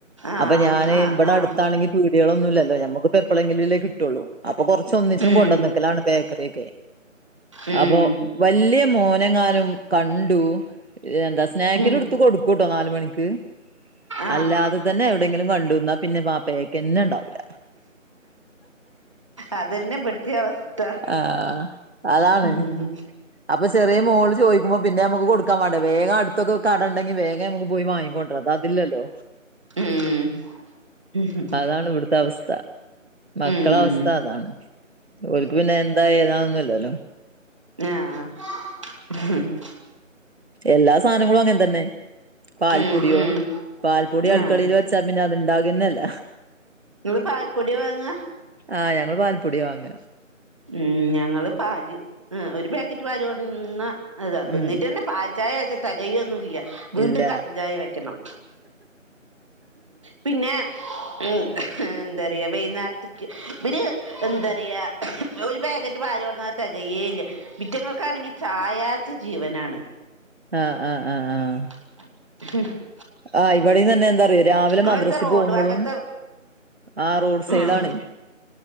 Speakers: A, on the right (about 25°); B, on the right (about 50°).
A: ആഹ്
B: അപ്പൊ ഞാന്
A: ആഹ്
B: ഇവിടെ
A: ആഹ്
B: അടുത്താണെങ്കിൽ, വീടുകളൊന്ന ഇല്ലല്ലോ. നമുക്ക്പ്പോ എപ്പോഴെങ്കിലുംല്ലേ കിട്ടുള്ളൂ. അപ്പൊറ ഒന്നിച്ചിനും
A: ഉം
B: കൊണ്ടുവന്നക്കലാണ് ബേക്ക കുറേക്കെ.
A: ഉം
B: അപ്പോ, വല്ല്യ മോനങ്ങാനും കണ്ടു. എന്താ സ്നാക്കിന
A: ഉം
B: എടുത്തു കൊടു കൂട്ടോ നാല് മണിക്ക്
A: ആഹ്
B: അല്ലാതെ തന്നെ എവിടെങ്കിലും കണ്ടുവന്നാ, പിന്നെ പാപ്പയക്കന്നെ ഉണ്ടാവൂല.
A: അതന്നെ ഇവിടുതേം അവസ്ഥ.
B: ആഹ് അതാണ്
A: ഉം
B: അപ്പൊ ചെറിയ മോള് ചോയിക്കുമ്പോ പിന്നെ നമുക് കൊടുക്കൻ വേണ്ടേ. വേഗം അടുത്തൊക്കെ കടണ്ടെങ്കിൽ, വേഗം നമുക്ക് പോയി വാങ്ങിക്കോ പതാ അതില്ലല്ലോ.
A: ഉം ഉം ഉം
B: അതാണ് ഇവിടുത്ത അവസ്ഥ. മക്കള
A: ആഹ്
B: അവസ്ഥ അതാണ്. ഓൽക്ക് പിന്നെ എന്താ ഏതാന്നൊന്നില്ലല്ലോ.
A: ആഹ ആഹ.
B: എല്ലാ സാനങ്ങളും അങ്ങെനെ തന്നെ. പാൽപ്പൊടിയോ
A: ഉം ഉം
B: പാൽപ്പൊടി അടക്കളയിൽ
A: ആഹ്
B: വെച് ച്ചാ പിന്നെ അത്ണ്ടാകന്നല്ല.
A: നിങ്ങള് പാൽപ്പൊടി വാങ്ങ.
B: ആഹ് ഞങ്ങള് പാൽപ്പൊടിയാ വാങ്ങ.
A: ഉം ഞങ്ങള് പാല്. ഉം ഒരു പാക്കറ്റ് പാല് കൊടുന്നാ ഇതാക്കു.
B: ഉം
A: ന്നീട്ടന്നെ പാൽ ചായ വെച്ച തെകയൊന്നു ഇല്ല. വീണ്ടും
B: ഇല്ല
A: കട്ടൻ ചായ വെക്കണം. പിന്നെ ഉം ഉം എന്തറയാ, വൈന്നേരത്ത്ക്ക് ഇവര് എന്തറയാ. ഒരു പാക്കറ്റ് പാല് കൊണ്ടന്ന അത് തികയേ ഇല്ല. ഇവറ്റങ്ങൾക്കാണെങ്കി ചായാച്ച ജീവനാണ്.
B: ആഹ ആഹ ആഹ ആഹ.
A: <inaudible>
B: ആ ഇവിടെന്ന തന്നെ എന്താറിയോ, രാവിലെ
A: നിങ്ങളെന്താ
B: മദ്രസിൽ
A: റോഡ്
B: പോവുമ്പളും
A: വക്കത്തെ
B: ആ റോഡ് സൈടാണ്.
A: ഉം